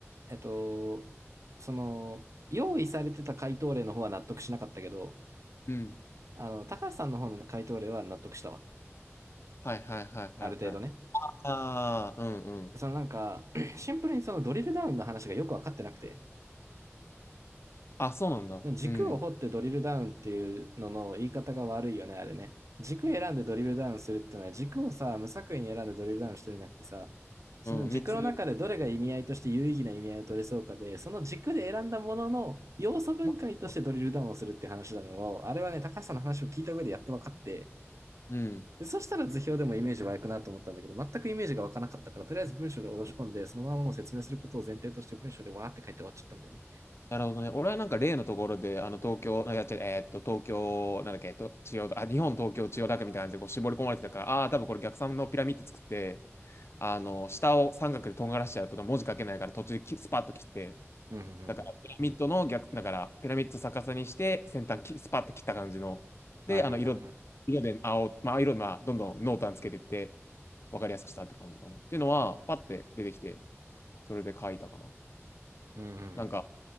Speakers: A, on the right (about 80°); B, on the left (about 60°).
A: えっと、その、用意されてた回答例の方は納得しなかったけど、
B: うん。
A: あの、高橋さんの方の回答例は納得したわ。
B: はいはいはいはいはい。
A: ある程度ね。
B: ああ、うんうん。
A: そのなんか、<clears throat> シンプルにそのドリルダウンの話がよくわかってなくて、
B: あ、そうなんだ。
A: 軸を掘ってドリルダウンっていうのの言い方が悪いよね、
B: うん。
A: あれね。軸選んでドリルダウンするっていうのは、軸をさ、無作為に選んでドリルダウンしてるんじゃなくてさ、その軸の中でどれが意味合いとして有意義な意味合いを取れそうかで、
B: うん、三つ
A: その軸で選んだものの要素分解としてドリルダウンをするって話なのを、
B: ま
A: あれはね、高橋さんの話を聞いた上でやっと分かって、
B: うん。
A: でそしたら図表でもイメージ湧くなと思ったんだけど、全くイメージが湧かなかったから、とりあえず文章で下ろし込んで、そのままもう説明することを前提として文章でわーって書いて終わっちゃったんだよね。
B: なるほどね。俺はなんか例のところで、あの、東京、なんか、えーっと、東京、なんだっけ、えっと、千代田、あ、日本、東京、千代田区みたいな感じでこう絞り込まれてたから、ああー、多分これ逆三のピラミッド作って、あの、下を三角でとんがらしちゃうと文字書けないから途中できスパッと切って、
A: うんうんうん
B: だからピラミッドの逆、だからピラミッド逆さにして先端きスパッと切った感じの、で、
A: はいはいはいはい。
B: あの、色、色で青、まあ、色で、まあ、どんどん濃淡つけていって、わかりやすくしたって感じかな。っていうのは、パッて出てきて、それで書いたかな。
A: うんうんうん。
B: なんか、